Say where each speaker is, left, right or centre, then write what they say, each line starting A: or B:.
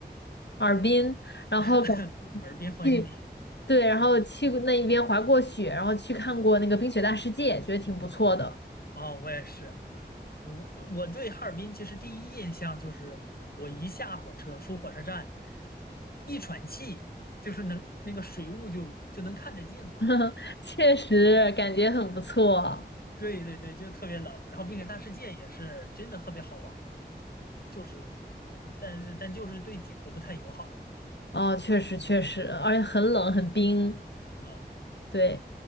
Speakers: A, on the left; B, on the left.
A: 哈尔滨，然后感
B: <laughs> 哈尔滨欢迎你
A: 去对，然后去过那一边滑过雪，然后去看过那个冰雪大世界，觉得挺不错的，
B: 啊，我也是，我我对哈尔滨其实第一印象就是我一下火车出火车站，一喘气就是能那个水雾就就能看得见嘛，
A: <laughs> 确实感觉很不错啊。
B: 对对对，就特别冷，然后并且大世界也是真的特别好玩儿。就是，嗯但但就是对脚不太友好。
A: 哦，确实确实，而且很冷很冰，
B: 嗯，
A: 对。